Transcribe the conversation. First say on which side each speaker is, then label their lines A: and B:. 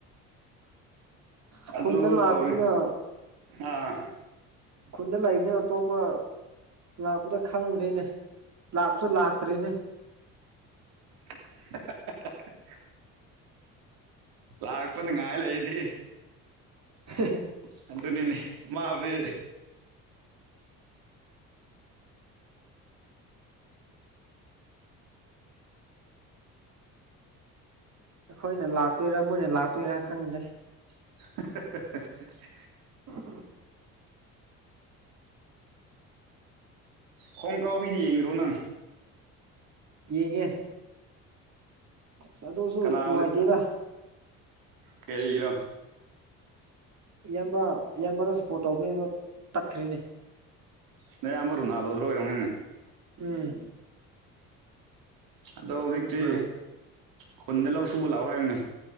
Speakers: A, on the right; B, on the right.
A: ꯑꯁ ꯈꯨꯟꯗ
B: ꯑꯗꯨ
A: ꯂꯥꯛꯄꯅꯤꯅ
B: ꯇꯧꯔꯤ ꯑꯥ
A: ꯈꯨꯟꯗ ꯂꯥꯛꯏꯕꯅꯤꯅ ꯑꯇꯣꯞꯄ꯫ ꯂꯥꯛꯄꯗ ꯈꯪꯗ꯭ꯔꯦꯅꯦ ꯂꯥꯛꯄꯁꯨ ꯂꯥꯛꯇ꯭ꯔꯦꯅꯦ꯫
B: <inaudible> ꯂꯥꯛꯄꯅꯤ ꯉꯥꯏꯂꯩꯗꯤ꯫
A: ꯍ <inaudible>
B: ꯑꯗꯨ ꯅꯤꯅꯦ ꯃꯥꯕꯨꯗꯤ꯫
A: ꯑꯩꯈꯣꯏꯅ ꯂꯥꯛꯇꯣꯏꯔꯥ ꯃꯣꯏꯅ ꯂꯥꯛꯇꯣꯏꯔꯥ ꯈꯪꯗ꯭ꯔꯦ꯫
B: <inaudible>
A: ꯎꯝ꯫
B: ꯍꯣꯡ ꯀꯥꯎꯕꯤꯗꯤ ꯌꯦꯡꯗ꯭ꯔꯣ ꯅꯪ꯫
A: ꯌꯦꯡꯉꯦ ꯑꯁ ꯑꯗꯨꯁꯨ
B: ꯀꯅꯥꯕꯨꯗꯤ
A: ꯅꯨꯡꯉꯥꯏꯇꯦꯗ꯫
B: ꯀꯔꯤꯒꯤꯔꯣ꯫
A: ꯏꯌꯥꯝꯕ ꯏꯌꯥꯝꯕꯗ ꯁꯨꯄꯣꯔꯠ ꯇꯧꯕꯅꯤ ꯑꯗꯣ ꯇꯠꯈ꯭ꯔꯤꯅꯦ꯫
B: ꯅꯌꯥꯝꯕ ꯔꯣꯅꯜꯗꯣ ꯑꯣꯏꯔꯝꯒꯅꯦ꯫
A: ꯎꯝ꯫
B: ꯑꯗꯣ ꯍꯧꯖꯤꯛꯇꯤ꯫
A: ꯃꯥꯅꯦ
B: ꯈꯨꯟꯗ ꯂꯧ ꯁꯨꯕ ꯂꯥꯛꯑꯣ ꯍꯥꯏꯌꯦꯅꯦ